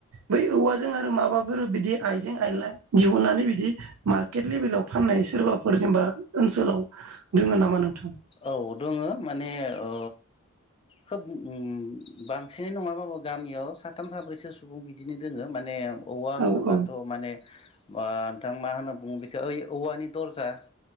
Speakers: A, on the right; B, on the left.
A: बै औवाजों आरो माबा फोर बिदि आइजें आइला दिहुननानै बिदि मार्केट लेबेलआव फाननाय सोरबाफोर जेनेबा ओनसोलाव दोङो नामा नोंथां?
B: औ दोङो माने ओ खोब अम बांसिनै नङाबाबो गामियाव साथाम साब्रैसो सुबुं बिदिनो दोङो माने औवा
A: औ
B: होनोबाथ'
A: औ
B: माने ओ नोंथां मा होनो बुङो बेखौ ओइ औवानि दरजा